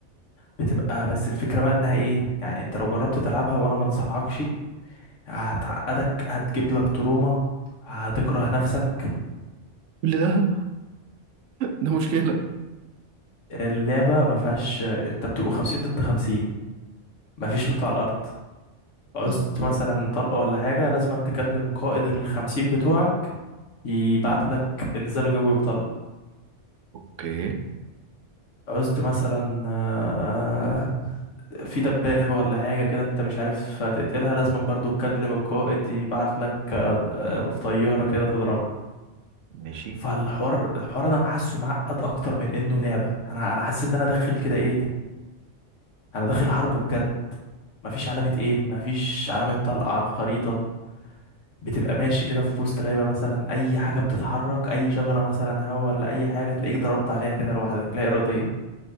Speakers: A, on the left; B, on the right.
A: بتبقى بس الفكرة بقى انها ايه يعني انت لو جربت تلعبها وانا ما انصحكش هتعقدك هتجيب لك تروما هتكره نفسك
B: كل ده ده مشكلة
A: اللعبة ما فيهاش انت بتبقى 50 ضد 50 ما فيش لوت على الارض عوزت
B: ماشي.
A: مثلا طلقة ولا حاجة لازم تكلم قائد الخمسين بتوعك يبعت لك انزال جوي بطلق
B: اوكي
A: عوزت مثلا آه، في دبابة ولا حاجة كده انت مش عارف تقتلها لازم برضو تكلم القائد يبعت لك آه، آه، في طيارة كده تضربها
B: ماشي
A: فالحوار الحوار ده انا حاسه معقد اكتر من انه لعبة انا انا حاسس ان انا داخل كده ايه انا داخل حرب بجد مفيش علامة ايم مفيش علامة طلقة على الخريطة بتبقى ماشي كده في وسط غابة مثلا اي حاجة بتتحرك اي شجرة مثلا هوا ولا اي حاجة تلاقيك ضربت عليها كده لوحدك لا اراديا